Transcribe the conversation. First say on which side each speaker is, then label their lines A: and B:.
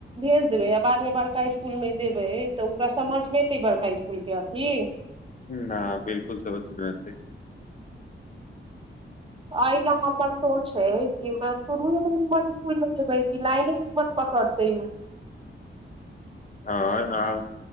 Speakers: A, on the right; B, on the left.
A: सम देबै आ बादमे बड़का इसकुल मे देबै तऽ ओकरा समझमे एतै बड़का इसकुल के अथी
B: न बिलकुल समझ मे ना एतै
A: एहि ला हमर सोच है कि ओकरा शुरुएमे निमन स्कूल मे देबै कि लाइने निमन पकड़तै उ
B: हँ अहाँ